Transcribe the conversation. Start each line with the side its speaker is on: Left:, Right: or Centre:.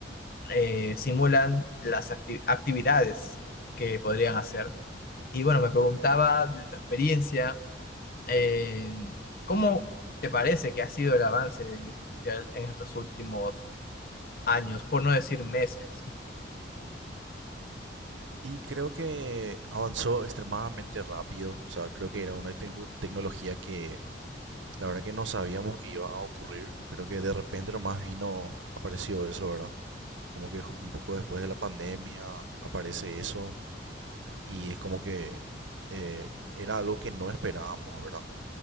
Left: eh, simulan las acti- actividades que podrían hacer. Y bueno, me preguntaba desde tu experiencia, eh, ¿cómo te parece que ha sido el avance de la inteligencia artificial en estos últimos años, por no decir meses?
Right: Y creo que avanzó extremadamente rápido. O sea, creo que era una tec- tecnología que la verdad que no sabíamos que iba a ocurrir. Creo que de repente nomás vino, apareció eso, ¿verdad? Como que un poco después de la pandemia aparece eso. Y es como que eh, era algo que no esperábamos, ¿verdad?